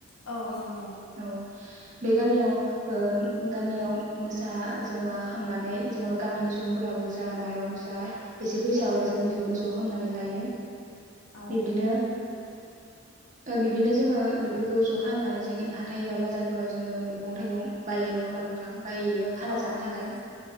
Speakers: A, on the left (about 80°); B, on the right (about 35°).
A: औ नंगौ
B: औ बे गामियाव ओम गामियाव मोसा जेनबा खांनानै जेनबा गामिनि सुबुंफोराबो जा माइरं जा एसे फैसा हरो जों बेखौनो ज खालामनानै लायो
A: औ
B: एबदिनो दा बिदिनो जोङो बेफोरखौ ज खालामनानै जों हाथाय एबा बाजारफोराव जोङो मैगं थाइगं बायो नङा होमबा नोंथां। बायैयो खाना
A: औ
B: जानो
A: नंगौ
B: थाखाय